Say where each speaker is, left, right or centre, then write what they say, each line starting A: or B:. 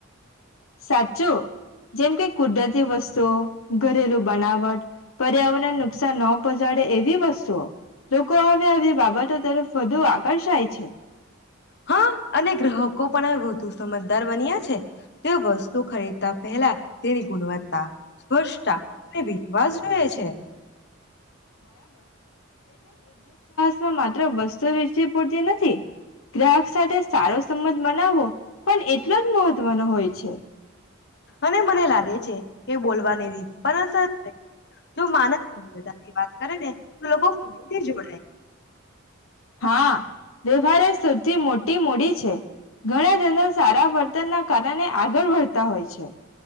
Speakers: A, on the left; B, on the left.
A: સાચો. જેમ કે કુદરતી વસ્તુ સો. ઘરેલું બનાવટ પર્યાવરણને નુકસાન ન પહોંચાડે એવી વસ્તુઓ. લોકો હવે હવે બાબતો તરફ વધુ આકર્ષાય છે.
B: હા અને ગ્રાહકો પણ વધુ સમજદાર બન્યા છે તેઓ વસ્તુ ખરીદતા પહેલા તેની ગુણવત્તા સ્પષ્ટતા અને વિશ્વાસ જોએ છે.
A: સમાજ. માત્રા વસ્ત્ર વાચી પૂરતી નથી. છે. ગ્રાહક સાથે સારો સંબંધ બને બનાવો પણ એટલો જ મહત્વનો હોય છે. હા
B: અને
A: મને લાગે
B: છે
A: કે જો કોઈ
B: બોલવાની
A: સાથે
B: રીત પર અસર થાય છે. જો
A: માણસ પ્રેમથી
B: વધારે
A: વાત કરે ને તો
B: લોકો
A: માણસ ફરીથી
B: જોડાય
A: જોડાઈ. હા વ્યવહાર એ સૌથી મોટી મુડી છે ઘણા જનો સારા વર્તનના કારણે આગળ વધતા હોય છે.